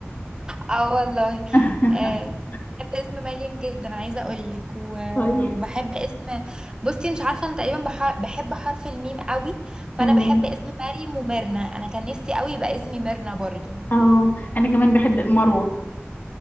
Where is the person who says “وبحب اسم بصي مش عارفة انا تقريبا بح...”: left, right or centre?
Right